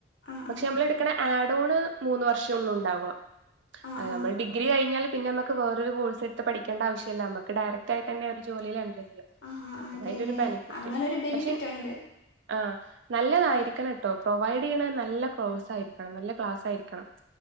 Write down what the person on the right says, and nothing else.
പക്ഷെ
നമ്മൾ ഇട്ക്ക്ണ ആഡോണ് മൂന്ന് വർഷൊള്ളു ഇണ്ടാവ
അത്‌
ഞമ്മള് ഡിഗ്രി കഴിഞ്ഞാല് പിന്നെ ഞമ്മ ക്ക് വേറൊരു കോഴ്സ് എട്ത്ത് പഠിക്കണ്ട ആവശ്യല്ല അമ്മക്ക് ഡയറെക്റ്റ് ആയിതന്നെ ഒരു ജോലിയില് എന്റർ ചെയ്യാം.
അതാ
അയ്ന്റൊരു ബെനഫിറ്റ്
പക്ഷെ
ആഹ് നല്ലതായിരിക്കണംട്ടോ
പ്രൊവൈഡ് ചെയ്യണത് നല്ല കോഴ്സ് ആയിരിക്കണം നല്ല ക്ലാസ് ആയിരിക്കണം.